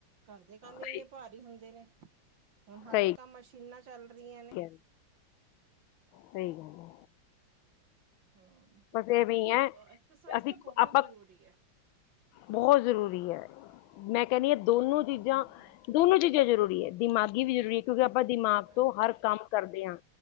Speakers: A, on the right (about 70°); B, on the left (about 85°).
A: ਘਰਦੇ ਕੰਮ ਹੀ
B: ਸਹੀ
A: ਇੰਨੇ ਭਾਰੀ ਹੁੰਦੇ ਨੇ। ਹੁਣ ਹਰ
B: ਸਹੀ
A: ਇੱਕ ਕੰਮ ਮਸ਼ੀਨਾਂ ਚਲ ਰਈਆਂ ਨੇ
B: ਗੱਲ ਸਹੀ ਗੱਲ ਆ
A: ਹਾਂ। ਮਤਲਬ
B: ਬਸ ਐਵੇਂ ਹੀ ਹੈ
A: ਐਕਸਰਸਾਈਜ਼
B: ਅਸੀਂ
A: ਤਾਂ ਬਹੁਤ
B: ਆਪਾਂ
A: ਜ਼ਰੂਰੀ ਹੈ
B: ਬਹੁਤ ਜ਼ਰੂਰੀ ਹੈ ਮੈਂ ਕਹਿੰਨੀ ਹਾਂ। ਦੋਨੋ ਚੀਜ਼ਾਂ-ਦੋਨੋ
A: ਹਮ ਹਮ
B: ਚੀਜ਼ਾਂ ਜ਼ਰੂਰੀ ਹੈ। ਦਿਮਾਗੀ ਵੀ ਜ਼ਰੂਰੀ ਹੈ ਕਿਉਂਕਿ ਆਪਾਂ ਦਿਮਾਗ
A: ਹਾਂਜੀ
B: ਤੋਂ ਹਰ ਕੰਮ ਕਰਦੇ ਹਾਂ।